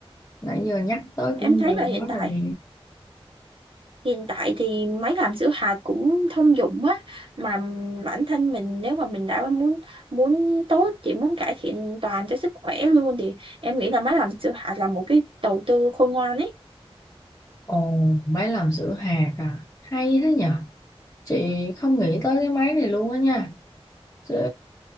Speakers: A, on the left; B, on the right.
A: Nãy giờ nhắc tới
B: em
A: cũng
B: thấy
A: nhiều
B: là hiện
A: quá
B: tại
A: rồi nè.
B: Hiện tại thì máy làm sữa hạt cũng thông dụng á mà bản thân mình nếu mà mình đã muốn muốn tốt chỉ muốn cải thiện toàn cho sức khỏe luôn thì em nghĩ là máy làm sữa hạt là một cái đầu tư khôn ngoan ấy.
A: Ồ, máy làm sữa hạt à? Hay thế nhở? Chị không nghĩ tới cái máy này luôn á nha. Để,